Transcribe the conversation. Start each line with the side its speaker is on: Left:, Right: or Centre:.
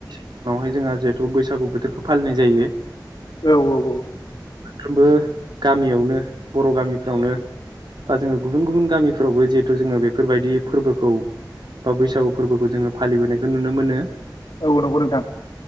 Right: उनावहाय जोंहा जिहेथु बैसागु बोथोरखौ फालिनाय जायो
Left: औ औ औ
Right: मोनफ्रोमबो गामियावनो बर' गामिफ्रावनो बा जोङो गुबुन गुबुन गामिफ्रावबो जिहेथु जोङो बेफोरबायदि फोरबोखौ बा बैसागु फोरबोखौ जोङो फालिबोनायखौ नुनो मोनो
Left: औ नंगौ नोंथां